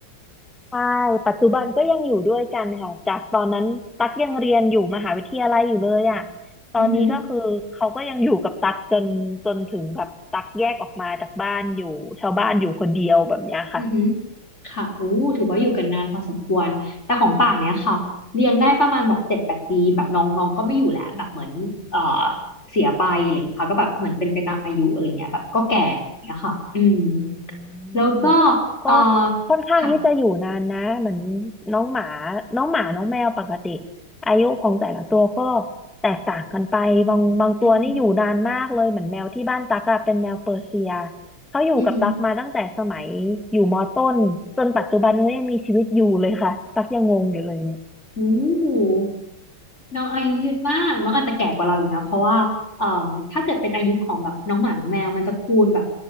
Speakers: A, in the centre; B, on the left.
A: ใช่ปัจจุบันก็ยังอยู่ด้วยกันค่ะจากตอนนั้นตักยังเรียนอยู่มหาวิทยาลัยอยู่เลยอะตอนนี้ก็คือเขาก็ยังอยู่กับตักจนจนถึงแบบตักแยกออกมาจากบ้านอยู่ชาวบ้านอยู่คนเดียวแบบเนี้ยค่ะ
B: อือหืออือหือค่ะโอ้ถือว่าอยู่กันนานพอสมควร แต่ของป่างเนี้ยค่ะเลี้ยงได้ประมาณแบบเจ็ดแปดปีแบบน้องน้องก็ไม่อยู่แล้วแบบเหมือนเอ่อเสียไปอะไรเงี้ยค่ะก็แบบเหมือนเป็นไปตามอายุอะไรเงี้ยแบบก็แก่อย่างเงี้ยค่ะอืม
A: อืม
B: แล้วก็
A: ก็
B: เอ่อ
A: ค่อนข้างที่จะอยู่นานนะเหมือน
B: ค่ะ
A: น้องหมาน้องหมาน้องแมวปกติอายุของแต่ละตัวก็แตกต่างกันไปบางบางตัวนี่อยู่นานมากเลยเหมือนแมวที่บ้านตั๊กอะเป็นแมวเปอร์เซีย
B: อือหือ
A: เขาอยู่กับตั๊กมาตั้งแต่สมัยอยู่มอต้นจนปัจจุบันเขายังมีชีวิตอยู่เลยค่ะตั๊กยังงงอยู่เลยเนี่ย
B: อือหือโอ้ น้องอายุยืนมากน้องอาจจะแก่กว่าเราอยู่นะเพราะว่าเอ่อถ้าเกิดเป็นอายุของแบบน้องหมาน้องแมวมันจะคูณแบบ